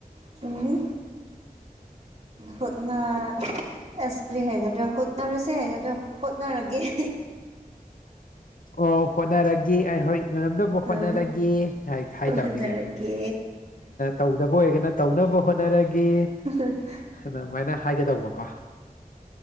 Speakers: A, on the right; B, on the left.
A: ꯆꯨꯝꯃꯤ ꯍꯣꯠꯅ ꯑꯁ ꯀ꯭ꯔꯤ ꯍꯥꯏꯒꯗ꯭ꯔꯥ ꯍꯨꯠꯅꯔꯁꯦ ꯍꯥꯏꯒꯗ꯭ꯔꯥ ꯍꯣꯠꯅꯔꯒꯦ <inaudible>
B: ꯑꯣ ꯍꯣꯠꯅꯔꯒꯦ ꯑꯩ ꯍꯣꯏ ꯉꯝꯅꯕ
A: ꯎꯝ
B: ꯍꯣꯠꯅꯔꯒꯦ ꯍꯥꯏꯇꯕꯅꯤꯅꯦ
A: ꯍꯣꯠꯅꯔꯒꯦ
B: ꯇꯧꯗꯕ ꯑꯣꯏꯔꯒꯅ ꯇꯧꯅꯕ ꯍꯣꯠꯅꯔꯒꯦ
A: ꯎꯝ <inaudible>
B: ꯑꯗꯨꯃꯥꯏꯅ ꯍꯥꯏꯒꯗꯧꯕꯀꯣ